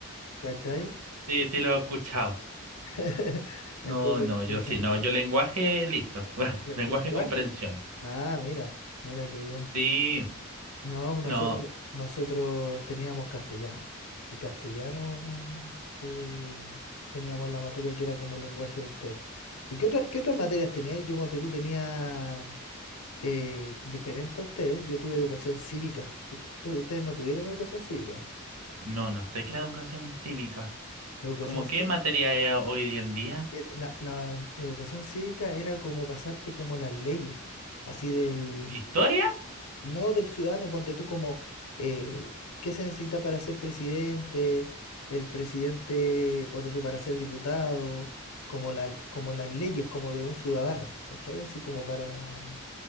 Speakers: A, on the left; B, on the right.
A: ¿cachai?
B: <laughs> sí, sí lo he escuchado.
A: <laughs> Entonces,
B: No, no, yo
A: el,
B: sí,
A: ca-
B: no, yo lenguaje, listo. <laughs>
A: le-
B: Lenguaje
A: lenguaje,
B: comprensión.
A: ah, mira, mira qué bien.
B: Sí,
A: No, nosotros,
B: no,
A: nosotros teníamos castellano. Y castellano eh, teníamos la materia que era como el lenguaje de usted. ¿Y qué, otra- qué otras materias teníais? Yo, Monte, tú tenía eh, diferente a ustedes. Yo tuve educación cívica. Ut- tú- ustedes no tuvieron educación cívica.
B: no, no sé qué era educación cívica.
A: Educación
B: ¿Cómo
A: cívica.
B: qué materia es hoy en día?
A: La, la educación cívica era como pasarte como las leyes, así del,
B: ¿Historia?
A: No del ciudadano, ponte tú como eh, qué se necesita para ser presidente, el presidente, ponte tú para ser diputado, como la, como las leyes, como de un ciudadano, ¿cachai? Así como para,